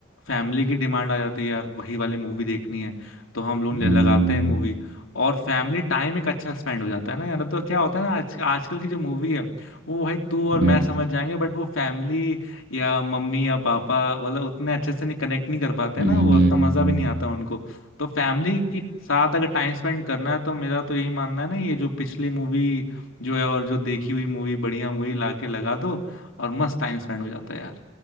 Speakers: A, on the left; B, on the right.
A: फैमिली की डिमांड आ जाती है यार वही वाली मूवी देखनी है तो हम लोग ले-
B: हम्म
A: लगाते हैं मूवी और फैमिली टाइम एक अच्छा स्पेंड हो जाता है ना यार तो क्या होता है ना आज आजकल की जो मूवी है वो भाई तू और
B: हम्म
A: मैं समझ जाएंगे बट वो फैमिली या मम्मी या पापा मतलब उतने अच्छे से नहीं कनेक्ट नहीं कर पाते
B: हम्म,
A: ना वो उतना मजा भी नहीं आता उनको तो फैमिली के साथ अगर टाइम स्पेंड करना है तो मेरा तो यही मानना है ना ये जो पिछली मूवी जो है और जो देखी हुई मूवी बढ़िया मूवी लाके लगा दो और मस्त टाइम स्पेंड हो जाता है यार